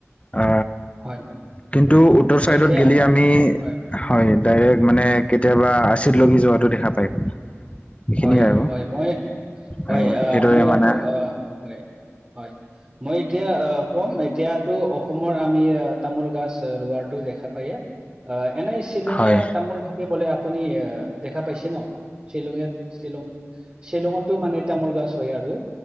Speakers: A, on the left; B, on the right.
A: অ
B: হয়
A: কিন্তু উত্তৰ চাইডত
B: এতিয়া
A: গেলি আমি
B: হয়
A: হয় ডাইৰেক্ট মানে কেতিয়াবা আচিত লঙি যোৱাটো দেখা পায় সেইখিনিয়ে
B: হয়
A: আৰু
B: হয় মই হয়
A: আহ সেইদৰে
B: মই
A: মানে
B: আপু হয় হয় মই এতিয়া আহ কম এতিয়াতো অসমৰ আমি তামোল গাছ ৰোৱাটো দেখা পায়ে অ এনেই শ্বিলঙীয়া
A: হয়
B: তামোল থাকে বোলে আপুনি এ দেখা পাইছে ন শ্বিলঙীয়া শ্বিলং শ্বিলঙতো মানে তামোল গছ হয় আৰু